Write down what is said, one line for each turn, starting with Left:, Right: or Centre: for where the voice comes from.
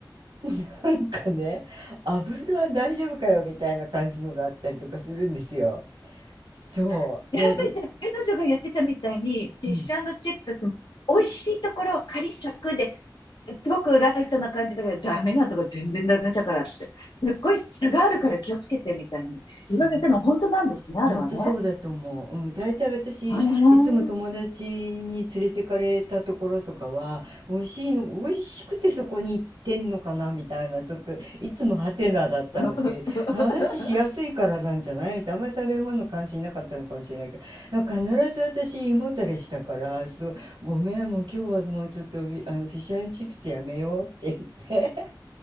Right: <laughs> なんかね、油は大丈夫かよみたいな感じのがあったりとかするんですよ。そう。
Left: っぱりじゃあ、
Right: で、に
Left: 彼女が言ってたみたいに、フィッシュチップスも美味しいところ、
Right: うん、
Left: カリサクで、すごくライトな感じだけど、ダメなとこ全然ダメだからって、すっごい差があるから気をつけてみたいに言われたの本当なんですね、
Right: そう。ほんとそうだと思う。
Left: あれはね。
Right: うん、大体私、
Left: ああ。
Right: いつも友達に連れてかれたところとかは、美味しいの、美味しくてそこに行ってんのかなみたいな、ちょっと、いつもハテナだったんですけど、
Left: <laughs>
Right: 話しやすいからなんじゃないみたいな、あんまり食べ物関心なかったのかもしれないけど、なんか必ず私、胃もたれしたから、ちょっと、ごめん、もう今日はもうちょっとフィ、あの、フィッシュチップスやめようって言って